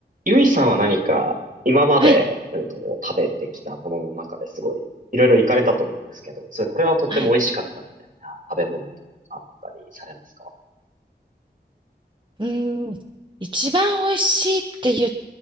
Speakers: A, on the right (about 45°); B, on the right (about 25°).
A: ゆいさんは何か今まで、
B: はい、
A: うんと、食べてきたものの中ですごいいろいろ行かれたと思うんですけど、それこれはとっても美味しかったみたいな食べ物ってあったりされますか
B: はい。うーん。一番美味しいって言っ